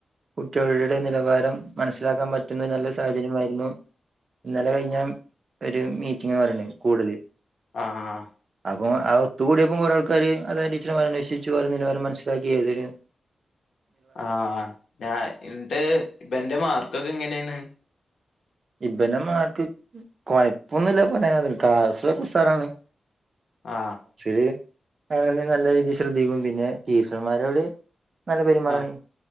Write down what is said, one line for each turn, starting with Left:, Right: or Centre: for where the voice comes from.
Right: കുട്ടികളുടെ നിലവാരം മനസ്സിലാക്കാൻ പറ്റുന്ന നല്ല സാഹചര്യമായിരുന്നു ഇന്നലെ കഴിഞ്ഞ ഒരു മീറ്റ പറ കൂടുതൽ
Left: ആഹ്
Right: അപ്പൊ ആ ഇതു കൂടിയപ്പം കുറെയാൾക്കാര് അത ടീച്ചർമാർ അന്വേഷിച്ചു ഓരെ നിലവാരം മനസ്സിലാക്കിയെഴുതിന്.
Left: ആ ഞാ ഇന്റെ ഇപ്പന്റെ മാർക്കൊക്കെ എങ്ങനെണ്‌?
Right: ഇപ്പെന്റെ മാർക്ക് കൊഴപ്പൊന്നുല്ല പറയാ അതിന് ക്‌ളാസിലൊക്കുസാറാണ്.
Left: ആ
Right: അത് <unintelligible> നല്ല രീതിയിൽ ശ്രദ്ധിക്കും പിന്നെ ടീച്ചർമാരോട് നല്ല പെരുമാറാണ്.
Left: ആഹ്